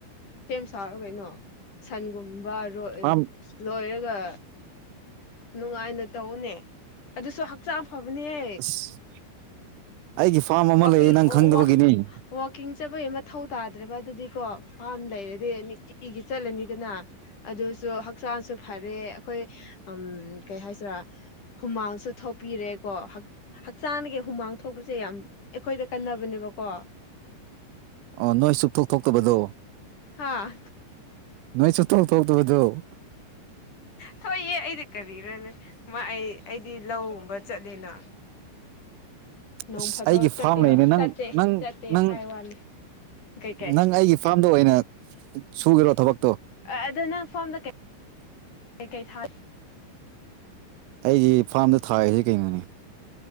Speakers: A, on the left; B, on the right.
A: ꯁꯦꯝ ꯁꯥꯔꯒ ꯀꯩꯅꯣ ꯁꯟꯒꯨꯝꯕ
B: ꯐꯥꯝ
A: ꯂꯣꯏꯔꯒ ꯅꯨꯡꯉꯥꯏꯅ ꯇꯧꯅꯦ ꯑꯗꯨꯁꯨ ꯍꯛꯆꯥꯡ ꯐꯕꯅꯦ
B: ꯑꯁ ꯑꯩꯒꯤ ꯐꯥꯔꯝ ꯑꯃ
A: ꯋꯥꯀꯤ
B: ꯂꯩꯌꯦ ꯅꯪ
A: ꯋꯥ
B: ꯈꯪꯗꯕꯒꯤꯅꯤ
A: ꯋꯥꯀꯤ ꯆꯠꯄꯩ ꯃꯊꯧ ꯇꯥꯗ꯭ꯔꯕ ꯑꯗꯨꯗꯤꯀꯣ ꯐꯥꯝ ꯂꯩꯔꯗꯤ ꯅꯨꯡꯇꯤꯒꯤ ꯆꯠꯂꯅꯤꯗꯅ ꯑꯗꯨ ꯁ ꯍꯛꯆꯥꯡꯁꯨ ꯐꯔꯦ ꯑꯩꯈꯣꯏ ꯎꯝ ꯀꯩ ꯍꯥꯏꯁꯤꯔꯥ ꯍꯨꯃꯥꯡꯁꯨ ꯊꯣꯛꯄꯤꯔꯦꯀꯣ ꯍꯛꯆꯥꯡꯒꯤ ꯍꯨꯃꯥꯡ ꯊꯣꯛꯄꯁꯦ ꯌꯥꯝ ꯑꯩꯈꯣꯏꯗ ꯀꯟꯅꯕꯅꯦꯕꯀꯣ
B: ꯑꯣ ꯅꯣꯏ ꯆꯨꯞꯊꯣꯛ ꯊꯣꯛꯇꯕꯗꯣ
A: ꯍꯥꯥ
B: ꯅꯣꯏ ꯆꯇꯣ ꯇ ꯇꯗꯣ
A: ꯊꯣꯏꯌꯦ ꯑꯩꯗꯤ ꯀꯔꯤꯅꯅꯤ ꯃꯥ ꯑꯩ ꯑꯩꯗꯤ ꯂꯧꯒꯨꯝꯕ ꯆꯗꯅ ꯅꯣꯡ
B: ꯑꯁ
A: ꯐꯥꯗꯣꯛ
B: ꯑꯩꯒꯤ
A: ꯆꯠꯇꯦ
B: ꯐꯥꯔꯝ ꯂꯩꯅꯦ ꯅꯪ
A: ꯆꯠꯇꯦ
B: ꯅꯪ
A: ꯆꯠꯇꯦ
B: ꯅꯪ
A: ꯍꯥꯏ ꯋꯥꯅꯤ ꯀꯩꯀꯩ
B: ꯅꯪ ꯑꯩꯒꯤ ꯐꯥꯔꯝꯗ ꯑꯣꯏꯅ ꯁꯨꯔꯣ ꯊꯕꯛ
A: ꯑꯗꯨꯗ ꯅꯪ ꯐꯥꯝꯗꯩ ꯀꯩꯀꯩ ꯊꯥ
B: ꯑꯩꯒꯤ ꯐꯥꯔꯝꯗ ꯊꯥꯔꯤꯁꯤ ꯀꯩꯅꯣꯅꯦ